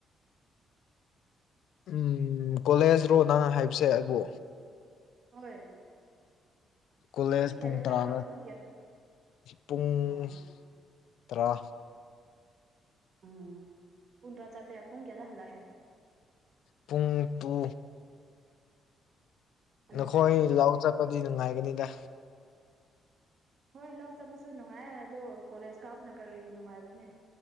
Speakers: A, on the left; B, on the right.
A: ꯎꯝ ꯀꯣꯂꯦꯖ ꯔꯣ ꯅꯪ ꯍꯥꯏꯕꯁꯦ ꯑꯩꯕꯨ
B: ꯍꯣꯏ
A: ꯀꯣꯂꯦꯖ
B: ꯀꯌꯥꯗ
A: ꯄꯨꯡ ꯇꯔꯥꯗ
B: ꯆꯠꯂꯒ ꯄꯨꯡ ꯀꯌꯥ
A: ꯄꯨꯡ
B: ꯑꯣ
A: ꯇ꯭ꯔꯥ
B: ꯎꯝ ꯄꯨꯡ ꯇꯥꯔꯥꯗ ꯆꯠꯂꯦ ꯄꯨꯡ ꯀꯌꯥꯗ ꯍꯜꯂꯛꯑꯦ
A: ꯄꯨꯡ ꯇꯨ
B: ꯑꯅꯤꯗ
A: ꯅꯈꯣꯏ ꯂꯥꯎ ꯆꯠꯄꯗꯤ ꯅꯨꯡꯉꯥꯏꯒꯅꯤꯗ
B: ꯍꯣꯏ ꯂꯥꯎ ꯆꯠꯕꯁꯨ ꯅꯨꯡꯉꯥꯏ ꯑꯗꯣ ꯀꯣꯂꯦꯖ ꯀꯥꯕꯅ ꯀꯔꯤꯒꯤ ꯅꯨꯡꯉꯥꯏꯔꯣꯏꯅꯦ